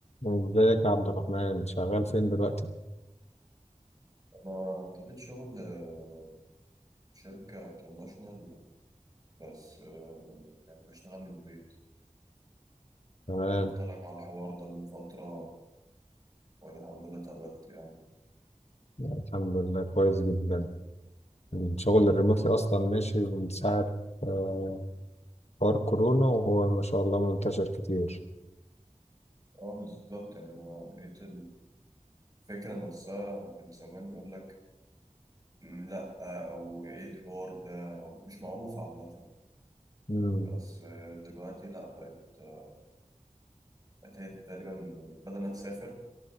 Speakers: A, on the left (about 55°); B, on the right (about 30°).
A: ازيك يا عبد الرحمن شغال فين دلوقتي؟
B: أنا ابتديت شغل آه، شركة انترناشونال بس آه، يعني بشتغل من البيت
A: تمام
B: كنت قلت لك على الحوار ده من فترة وأنا الحمد لله اتقبلت يعني
A: الحمد لله كويس جدا الشغل الريموتلي أصلا ماشي من ساعة آه، حوار كورونا وهو ما شاء الله منتشر كتير
B: اه بالظبط يعني أنا لقيت الفكرة نفسها كان زمان يقول لك "مم، لأ أو إيه الحوار ده مش معروف عامة
A: مم.
B: بس آه، دلوقتي لأ بقت آه، بقت هي تقريبا يعني بدل ما تسافر